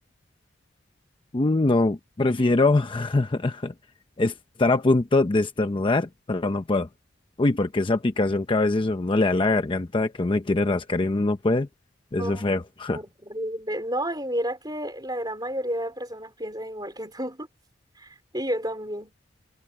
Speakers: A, on the left (about 25°); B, on the right (about 20°).
A: Mm, No, prefiero <laughs> estar a punto de estornudar, pero no puedo. Uy, porque esa picazón que a veces a uno le da la garganta, que uno le quiere rascar y uno no puede, eso
B: Oh,
A: es feo. <laughs>
B: Horrible. No, y mira que la gran mayoría de personas piensan igual que tú <laughs> y yo también.